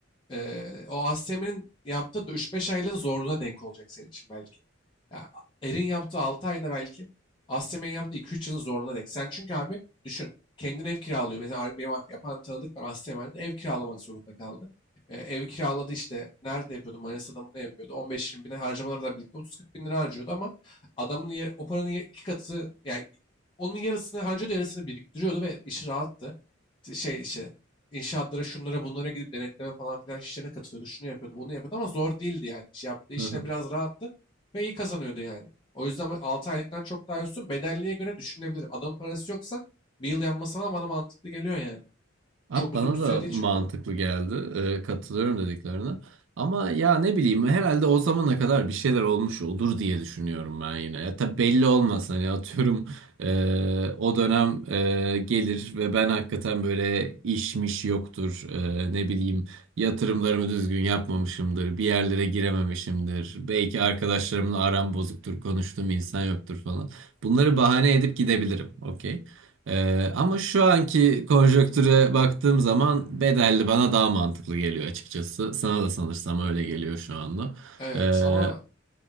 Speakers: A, on the left; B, on the right.
A: Eee, o ASTEM'in yaptığı üç beş aylığın zorluğuna denk olacak senin için belki. Ya, Er'in yaptığı 6 ayda belki ASTEM'in yaptığı 2-3 yılın zorluğuna denk. Sen çünkü abi düşün kendin ev kiralıyor. Mesela ar- benim yapan tanıdık var ASTEM'de ev kiralamak zorunda kaldı. Eee, ev kiraladı işte nerede yapıyordu Manisa'da mı ne yapıyordu 15-20 bine harcamalarla birlikte otuz kırk bin lira harcıyordu ama adamın yer, o paranın yer- iki katı yani onun yarısını harcıyordu yarısını biriktiriyordu ve işi rahattı. Şey işte İnşaatlara şunlara bunlara gidip denetleme falan filan işlerine katılıyordu. Şunu yapıyordu, bunu yapıyordu ama zor değildi yani. İş yaptığı işine
B: Hı hı.
A: biraz rahattı ve iyi kazanıyordu yani. O yüzden ben 6 aylıktan çok daha üstün bedelliğe göre düşünülebilir. Adamın parası yoksa bir yıl yapması falan bana mantıklı geliyor yani.
B: Abi
A: Çok uzun
B: bana
A: bir süre
B: da
A: değil
B: mantıklı
A: çünkü.
B: geldi. Ee, katılıyorum dediklerine. Ama ya ne bileyim herhalde o zamana kadar bir şeyler olmuş olur diye düşünüyorum ben yine. Ya tabii belli olmaz hani atıyorum e, o dönem e, gelir ve ben hakikaten böyle işmiş yoktur. E, ne bileyim yatırımlarımı düzgün yapmamışımdır. Bir yerlere girememişimdir. Belki arkadaşlarımla aram bozuktur. Konuştuğum insan yoktur falan. Bunları bahane edip gidebilirim. Okey. Ee, ama şu anki konjonktüre baktığım zaman bedelli bana daha mantıklı geliyor açıkçası. Sana da sanırsam öyle geliyor şu anda.
A: Evet
B: Ee, hı,
A: ama